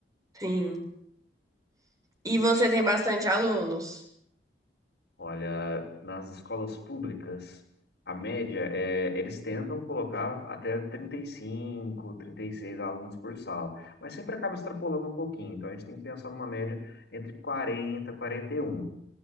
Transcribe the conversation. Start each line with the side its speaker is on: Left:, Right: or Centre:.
Right: Sim. E você tem bastante alunos?
Left: Olha, nas escolas públicas, a média é, eles tentam colocar até 35, 36 alunos por sala, mas sempre acaba extrapolando um pouquinho, então a gente tem que pensar numa média entre 40 e 41.